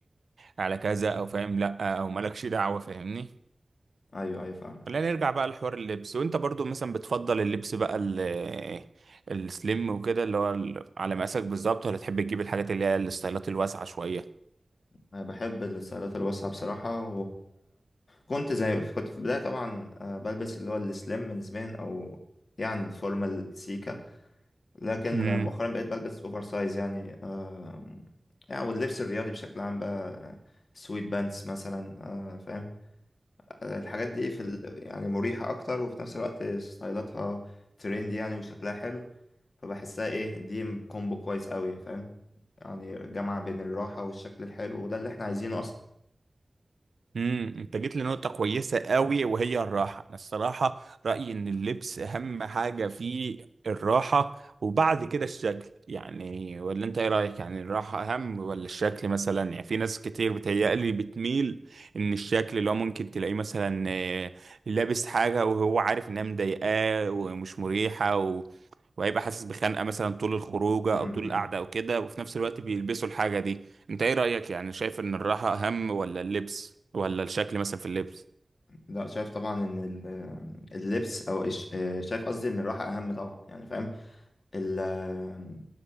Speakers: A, on the right; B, on the left.
A: على كذا او فاهم لا او مالكش دعوه فاهمني
B: ايوه ايوه فاهم
A: خلينا نرجع بقى لحوار اللبس وانت برضو مثلا بتفضل اللبس بقى ال- السليم وكده اللي هو ال- على مقاسك بالظبط ولا تحب تجيب الحاجات اللي هي الستايلات الواسعة شوية
B: أنا بحب الستايلات الواسعة بصراحة وكنت زي كنت في البداية طبعا آه، بلبس اللي هو السليم نسبيا أو يعني الفورمال سيكا لكن
A: امم
B: آه، مؤخرا بقيت بلبس أوفر سايز يعني آه، يعني واللبس الرياضي بشكل عام بقى سويت بانتس مثلا آه، فاهم آه، الحاجات دي في ال... يعني مريحة أكتر وفي نفس الوقت ستايلاتها ترند يعني وشكلها حلو فبحسها إيه دي كومبو كويس أوي فاهم يعني جامعة بين الراحة والشكل الحلو وده اللي احنا عايزينه أصلا
A: امم انت جيت لنقطة كويسة قوي وهي الراحة انا الصراحة رأيي ان اللبس اهم حاجة فيه الراحة وبعد كده الشكل يعني ولا انت ايه رأيك يعني الراحة اهم ولا الشكل مثلا يعني في ناس كتير بتهيألي بتميل ان الشكل اللي هو ممكن تلاقيه مثلا آه، لابس حاجة وهو عارف انها مضايقاه ومش مريحة وهيبقى حاسس بخنقه مثلا طول الخروجه
B: امم
A: او طول القعده او كده وفي نفس الوقت بيلبسوا الحاجه دي انت ايه رايك يعني شايف ان الراحه اهم ولا اللبس ولا الشكل مثلا في اللبس
B: لا شايف طبعا ان ال- اللبس او الش- آه، شايف قصدي ان الراحه اهم طبعا يعني فاهم ال-